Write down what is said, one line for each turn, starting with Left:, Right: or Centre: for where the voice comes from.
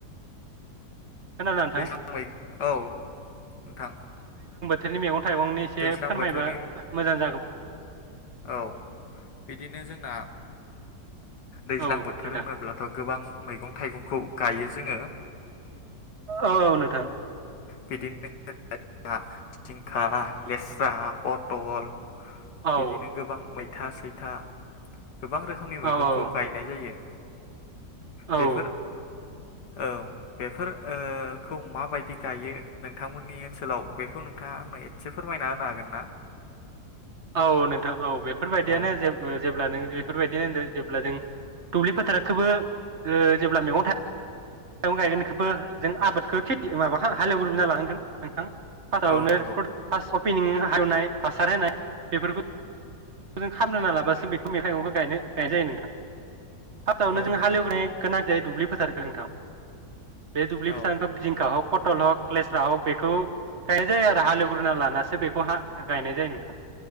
Right: खोनादों नोंथां
Left: दैज्लां <unintelligible> औ नोंथां।
Right: थोरनि मैगं थाइगंनि एसे
Left: दैज्लां
Right: फोरमायबा
Left: बोथोरनि
Right: मोजां जागौमोन।
Left: औ बिदिनो जोंना दैज्लां
Right: औ
Left: बोथोर
Right: नोंथां
Left: होनोब्लाथ' गोबां मैगं थाइगंखौ गायो जोङो।
Right: ओ औ औ नोंथां।
Left: बिदिनो <unintelligible> जिंखा, लेस्रा, पतल
Right: औ
Left: बिदिनो गोबां मैथा सैथा गोबां रोखोमनि मैगंखौ
Right: औ औ
Left: गायनाय जायो। बेफोर
Right: औ
Left: औ बेफोर ओ खौ माबायदि गायो नोंथांमोननि ओनसोलाव बेखौ नोंथाङा आंनो एसे फोरमायना होनो हागोन ना?
Right: औ नोंथां औ बेफोरबायदियानो
Left: औ
Right: जेब-जेब्ला नों बेफोरबायदिनो होनो जेब्ला जों दुब्लि फोथारखौबो ओ जेब्ला मैगं थाइ गं गायगोनखौबो जों आबादखौ खेथि माबाखौ हालेवग्रोना लानांगोन नोंथां। <unintelligible> <unintelligible> हालेवनाय
Left: औ नंगौ
Right: हासार होनाय बेफोरखौ जों खालामग्रोना लाबासो बेखौ मैगं थाइगंखौ गायनो गायनाय जायो नोंथां। फार्स्टआवनो
Left: औ
Right: जों
Left: नंगौ
Right: हालेवनाया गोनां जायो दुब्लि फोथारखो नोंथां। बे दुब्लि
Left: औ
Right: फोथारखौ जिंखा हख पटल हख, लेस्रा हख बेखौ गायनाय जायो आरो हालेवग्रोना लानासो बेखौ हा गायनाय जायो नोंथां।